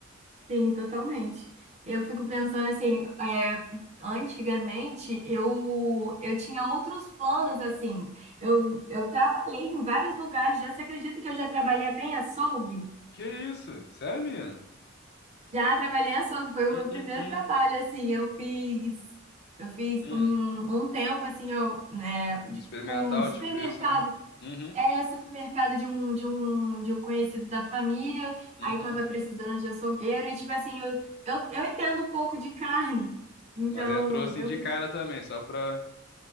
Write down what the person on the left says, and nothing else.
Que isso? Sério, menina?
Hum,
hum, hum,
hum.
Experimental,
tipo isso, né? Uhum,
uhum.
Mas entrou assim
de cara também, só pra...